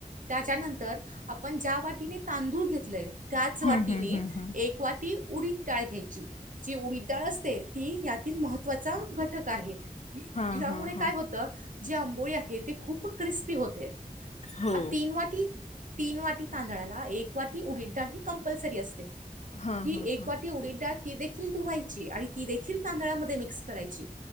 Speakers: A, on the right; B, on the left.
A: त्याच्यानंतर आपण ज्या वाटीने तांदूळ घेतलय त्याच वाटीने
B: हम्म हम्म हम्म हम्म
A: एक वाटी उडी डाळ घ्यायची जी उडीडळ असते ती यातील महत्वाचा घटक आहे
B: हा
A: यामुळे
B: हा
A: काय
B: हा
A: होतं जे आंबोळी आहे ते खूप क्रिस्पी होते
B: हो
A: तीन वाटी तीन वाटी तांदळा एक वाटी उर ही कंपल्सरी असते
B: हा
A: ही
B: हा
A: एक
B: हा
A: वाटी उडीडाळ ती देखील धुवायची आणि ती देखील तांदळामध्ये मिक्स करायची